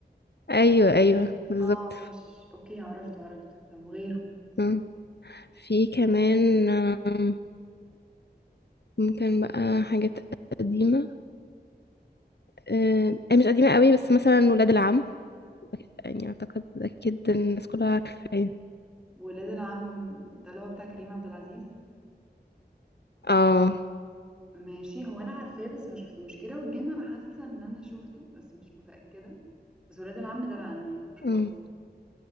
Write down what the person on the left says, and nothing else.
ايوه ايوه بالظبط
آه. في كمان آم، ممكن بقى حاجات قديمه آه، هي مش قديمة قوي بس مثلا ولاد العم يعني أعتقد أكيد الناس كلها عارفاه
اه
مم.